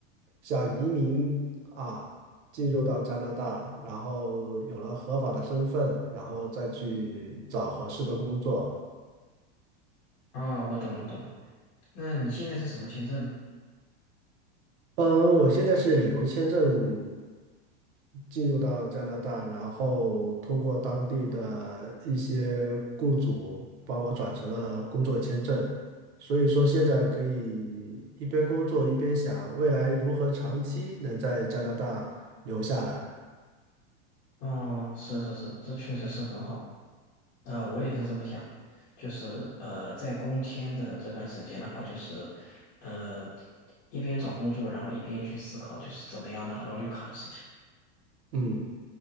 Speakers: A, on the right; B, on the left.
A: 想移民啊，进入到加拿大，然后有了合法的身份，然后再去找合适的工作，
B: 啊，我懂了懂了。那你现在是什么签证呢？
A: 嗯，我现在是旅游签证进入到加拿大，然后通过当地的一些雇主帮我转成了工作签证，所以说现在我可以一边工作一边想未来如何长期能在加拿大留下来。
B: 哦，是是是，这确实是很好。呃，我也是这么想，就是呃，在工签的这段时间的话，就是呃，一边找工作，然后一边去思考，就是怎么样拿到绿卡的事情。
A: 嗯。